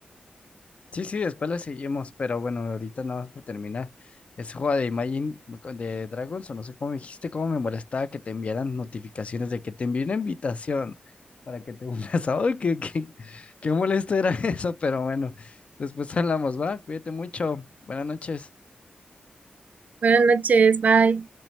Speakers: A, on the left (about 40°); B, on the right (about 55°).
A: Sí, sí, después le seguimos, pero bueno, ahorita nada más para terminar. Ese juego de Imagine de Dragons, o no sé cómo me dijiste, cómo me molestaba que te enviaran notificaciones de que te envié una invitación para que te unas. <laughs> Ay, qué, qué, qué molesto era <laughs> eso, pero bueno, después hablamos, ¿va? Cuídate mucho. Buenas noches.
B: Buenas noches, bye.